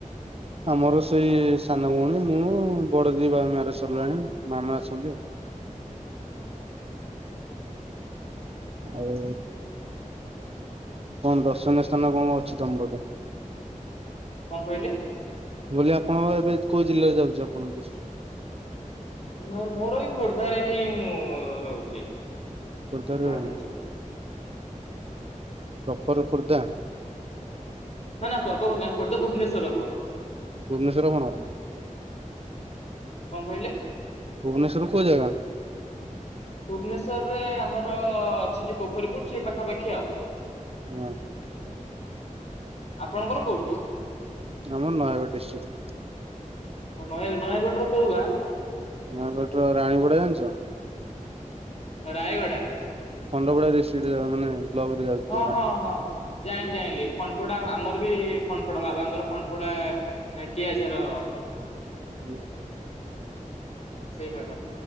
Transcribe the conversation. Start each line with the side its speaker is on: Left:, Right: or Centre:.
Right: ଆମର ସେଇ ସାନ ଭଉଣୀ ମୁଁ ବଡ ଦି-ବା ମାରେଜ ସରିଲାଣି ମାମା ଅଛନ୍ତି ଆଉ। ଆଉ। କଣ ଦର୍ଶନୀୟ ସ୍ଥାନ, କଣ ଅଛି ତମ ପେଟ?
Left: କଣ କହିଲେ?
Right: ମୁଁ କହିଲି ଆପଣଙ୍କ ଏବେ କୋଉ ଜିଲ୍ଲାରେ, ଯାଉଛି ଆପଣଙ୍କ ଡିଷ୍ଟ୍ରିକ?
Left: ମୋର, ମୋର ଏଇ ଖୋର୍ଦ୍ଧାରେ ହିଁ ମୁଁ ରହୁଛି।
Right: ଖୋର୍ଦ୍ଧାରେ
Left: ଖୋର୍ଦ୍ଧା
Right: ।
Left: ଭୁବନେଶ୍ୱର।
Right: ଉପୋର ଖୋର୍ଦ୍ଧା।
Left: ନା ନା ପବ ଗଦା, ଖୋର୍ଦ୍ଧା ଭୁବନେଶ୍ୱର ଆମାର।
Right: ଭୁବନେଶ୍ୱର କଣ ହବ?
Left: କଣ କହିଲେ?
Right: ଭୁବନେଶ୍ୱର କୋଉ ଯାଗାରେ?
Left: ଭୁବନେଶ୍ୱର ରେ ଆମର ଅ-ଅଛି ଯୋଉ ପୋଖରୀପୁଟ ସେଇ ପାଖାପାଖି ଆଉ।
Right: ନା।
Left: ଆପଣଙ୍କର କୋଉଠି?
Right: ଆମର ନୟାଗଡ଼ ଡିଷ୍ଟ୍ରିକ୍।
Left: ଓ ନୟାଗଡ ।ନୟାଗଡ଼ ର କୋଉ ଗାଁ?
Right: ନୟାଗଡ ର ରାଣିବୁଡା ଜାଣିଚ?
Left: ରାୟଗଡା
Right: ଖଣ୍ଡପଡା ଡିଷ୍ଟ୍ରିକ୍ଟ ମାନେ ବ୍ଲକରେ ଯାଉଛି
Left: ।ହଁ, ହଁ, ହଁ ଜାଣି ଜାଣିଲି, ଖଣ୍ଡପଡା ଆମର ବି ଖଣ୍ଡପଡା ବାବାଙ୍କର, ଖଣ୍ଡପଡା କିଆ ସେର
Right: ହୁଁ।
Left: ସେଇ ବା।